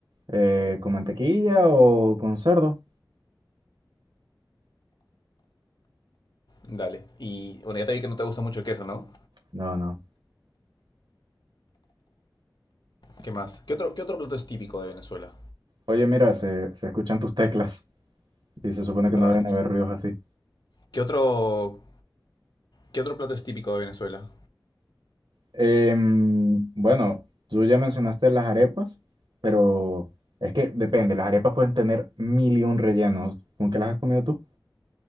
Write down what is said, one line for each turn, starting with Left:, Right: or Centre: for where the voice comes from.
Right: eh, con mantequilla o con cerdo.
Left: Dale. Y bueno, ya te vi que no te gusta mucho el queso, ¿no?
Right: No, no.
Left: ¿Qué más? ¿Qué otro, qué otro plato es típico de Venezuela?
Right: Oye, mira, se, se escuchan tus teclas y se supone que
Left: Perdona.
Right: no deben haber ruidos así.
Left: ¿Qué otro, qué otro plato es típico de Venezuela?
Right: Em, bueno, tú ya mencionaste las arepas, pero es que depende, las arepas pueden tener mil y un rellenos. ¿Con qué las has comido tú?